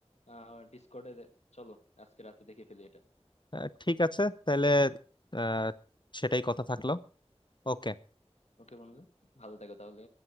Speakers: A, on the left; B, on the left.
A: আহ ডিসকর্ডে চলো আজকে রাতে দেখে ফেলি এটা
B: আহ, ঠিক আছে তাহলে আহ, সেটাই কথা থাকলো ওকে
A: ওকে বন্ধু ভালো থাকো তাহলে